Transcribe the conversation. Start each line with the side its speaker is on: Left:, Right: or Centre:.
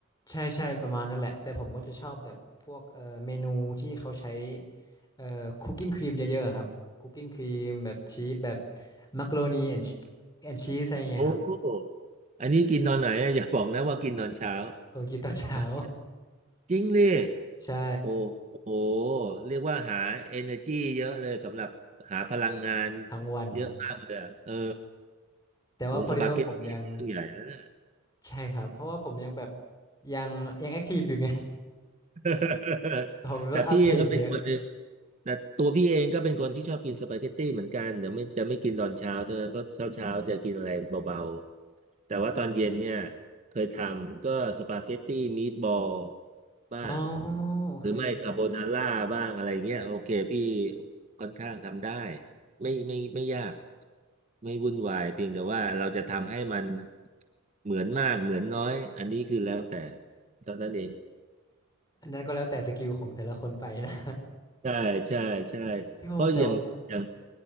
Left: ใช่ใช่ประมาณนั่นแหละแต่ผมก็จะชอบแบบพวกเอ่อเมนูที่เขาใช้เอ่อคุกกิ้งครีมเยอะๆอะครับคุกกิ้งครีมแบบชีสแบบมักโรนีแอนแอนชีสอะไรเงี้ยครับ
Right: โอ้โหอันนี้กินตอนไหนอะอย่าบอกนะว่ากินตอนเช้า
Left: เขากินตอนเช้า
Right: ตอนเย็นจริงเลย
Left: <laughs> ใช่
Right: โอ้โหเรียกว่าหา energy เยอะเลยสำหรับหาพลังงาน
Left: ทั้งวัน
Right: เยอะมากเลยอะเออ
Left: แต่ว่าพอดีว่าผมยัง
Right: โอ้สปาเกตตี้เรื่องใหญ่แล้วย
Left: ใช่ครับเพราะว่าผมยังแบบยังยังแอคทีฟอยู่ไง
Right: <laughs>
Left: <laughs> ผมก็แอคทีฟเยอะ
Right: แต่พี่ก็เป็นคนหนึ่งแต่ตัวพี่เองก็เป็นคนที่ชอบกินสปาเกตตี้เหมือนกันเดี๋ยวไม่จะไม่กินตอนเช้าด้วยนะเพราะเช้าเช้าจะกินอะไรเบาๆแต่ว่าตอนเย็นเนี่ยเคยทำก็สปาเกตตี้มีดบอลบ้าง
Left: อ๋อโอเค
Right: หรือไม่คาโบนาร่าบ้างอะไรเงี้ยโอเคพี่ค่อนข้างทำได้ไม่ไม่ไม่ยากไม่วุ่นวายเพียงแต่ว่าเราจะทำให้มันเหมือนมากเหมือนน้อยอันนี้คือแล้วแต่เท่านั้นเอง
Left: อันนั้นก็แล้วแต่สกิลของแต่ละคนไปนะ
Right: ใช่ใช่ใช่
Left: <laughs> พี่พงษ์แต่ว่า
Right: เพราะอย่างอย่าง